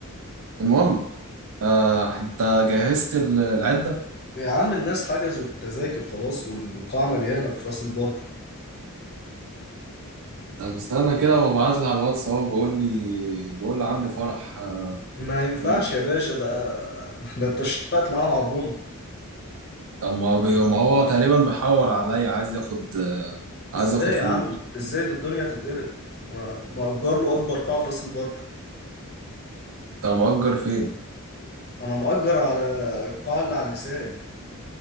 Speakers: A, on the right; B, on the left.
A: المهم آه، انت جهزت ال- العده
B: يا عم الناس حجزوا التذاكر خلاص والقاعة مليانة في راس البر
A: طب استنى كده وابعت لي على الواتس اهو بيقول لي بيقول لي عندي فرح آه،
B: ما ينفعش
A: يوم
B: يا باشا ده احنا انت اتفقت معاه على العربون
A: طب ما هو بي- ما هو تقريبا بيحور عليا عايز ياخد آه،
B: ازاي
A: عايز ياخد فلوس
B: يا عم ازاي ده الدنيا هتتقلب انا مأجر له اكبر قاعة في راس البر
A: طب مأجر فين؟
B: انا مأجر على القاعة اللي على اللسان